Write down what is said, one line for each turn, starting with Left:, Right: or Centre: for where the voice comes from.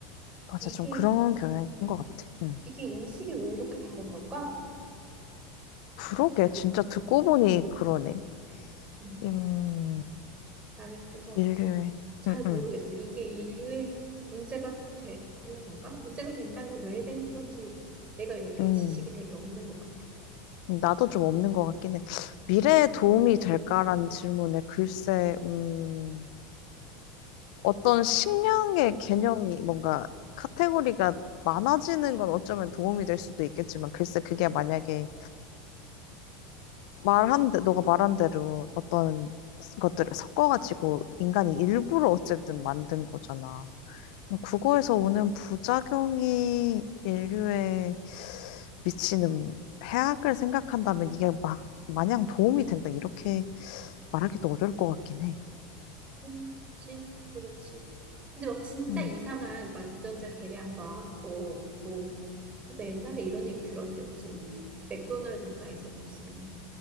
Left: 맞아.
Right: 이게
Left: 좀 그런 경향이 큰 것 같아. 응.
Right: 이게 인식이 왜 이렇게 다른 걸까?
Left: 그러게. 진짜 듣고 보니 그러네.
Right: 음,
Left: 음,
Right: 나는 그래서
Left: 인류의.
Right: 잘
Left: 응,
Right: 모르겠어.
Left: 응,
Right: 이게 인류의 문제가 되는 건가? 문제가 된다면 왜 되는 건지 내가 여기에
Left: 응.
Right: 지식이 되게 없는 것 같아.
Left: 나도 좀 없는 것 같긴 해. 미래에 도움이 될까라는 질문에 글쎄, 음, 어떤 식량의 개념이 뭔가 카테고리가 많아지는 건 어쩌면 도움이 될 수도 있겠지만, 글쎄, 그게 만약에 말한, 대- 너가 말한 대로 어떤 것들을 섞어가지고 인간이 일부러 어쨌든 만든 거잖아. 그거에서 오는 부작용이 인류에 미치는 해악을 생각한다면 이게 막 마냥 도움이 된다 이렇게 말하기도 어려울 것 같긴 해.
Right: 음. 그렇지, 그렇지. 근데 막 진짜
Left: 음,
Right: 이상한 막 유전자 계량 막 뭐, 뭐, 나 옛날에 이런 얘기 들었는데 무슨 맥도날드인가에서 무슨